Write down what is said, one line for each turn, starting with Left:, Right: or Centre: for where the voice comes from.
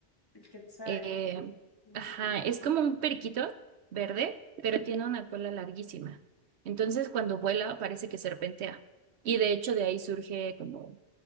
Left: El quetzal.
Right: Eh,
Left: Mm.
Right: ajá, es como un periquito verde, pero tiene una cola larguísima. Entonces, cuando vuela, parece que serpentea. Y de hecho, de ahí surge como